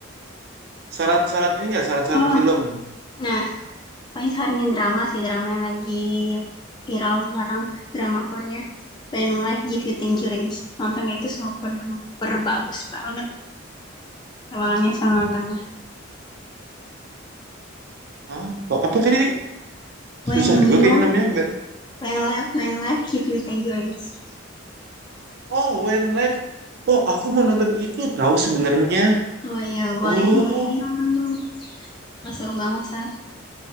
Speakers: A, on the right (about 50°); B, on the left (about 20°).
A: saran-saran ini nggak? Saran-saran
B: Oh,
A: film?
B: nah Paling saranin drama sih, drama yang lagi viral sekarang, drama Korea. When Life Give You Tangerines. Nonton itu super duper bagus banget. Kalau nggak nyesel nontonnya.
A: Hah? Oh, apa tadi?
B: When
A: Susah juga
B: you,
A: kayaknya namanya. Nggak-
B: when life, when life give you tangerines.
A: Oh, When Life. Oh, aku mau nonton itu tahu sebenarnya.
B: Oh ya,
A: Oh,
B: boleh boleh nonton dulu. Wah, seru banget, sih,